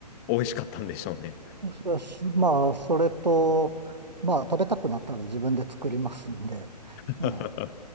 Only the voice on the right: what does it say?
そうしまあ、それと、まあ、食べたくなったら自分で作りますんで、
ええ